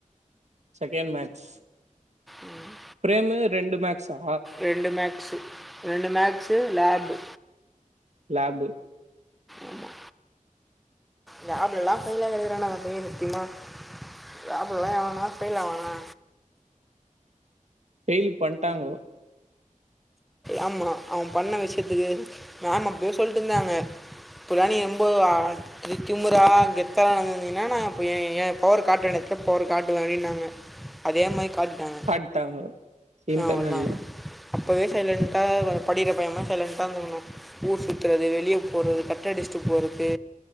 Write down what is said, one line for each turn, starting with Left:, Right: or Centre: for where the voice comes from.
Right: செகண்ட மேட்ஸ்
Centre: ம்
Right: பிரேமு ரெண்டு மேக்ஸா
Centre: ரெண்டு மேக்ஸு ரெண்டு மேக்ஸு லேபு
Right: லேபு
Centre: ஆமா லேப்லா எல்லா ஃபெய்லா <unintelligible> சத்தியமா லேப்லா எல்லா எவன்னாது ஃபைல் ஆவானா
Right: ஃபெயில் பண்ட்டாங்கோ
Centre: ஆமா அவன் பண்ண விஷயத்துக்கு மேம் அப்பவே சொல்ட்டு இருந்தாங்க புராணி <unintelligible> இது திமுரா கெத்தலா நடந்து வந்தீங்ன்னா நா அப்ப ஏ எ பவர் காட்ட வேண்டிய எடத்துல பவர காட்டுவே அப்டின்னாங்க அதே மாரி காட்டிட்டாங்க
Right: காட்டாங்கோ இன்டர்னல்ல
Centre: அவ்ளதா அப்போவே சைலண்ட்டா படிக்கற பைய மாரி சைலண்ட்டா வந்துணு ஊர் சுத் த்துறது வெளியே போறது கட் அடிச்ட்டுக்கு போறது